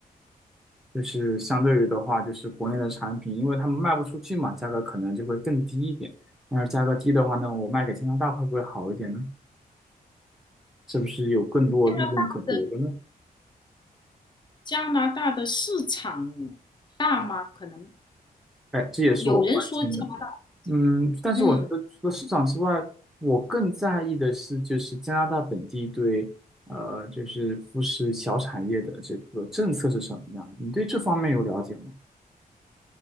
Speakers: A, in the centre; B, on the left.
A: 就是相对于的话，就是国内的产品，因为他们卖不出去嘛，价格可能就会更低一点。那价格低的话呢，我卖给加拿大会不会好一点呢？是不是有更多利润可得的呢？
B: 加拿大的加拿大的市场大吗？可能
A: 哎，这也是我关心的。
B: 有人说加拿大，
A: 嗯，但是我觉得除了市场之外，
B: 嗯。
A: 我更在意的是就是加拿大本地对呃就是富士小产业的这个政策是什么样的？你对这方面有了解吗？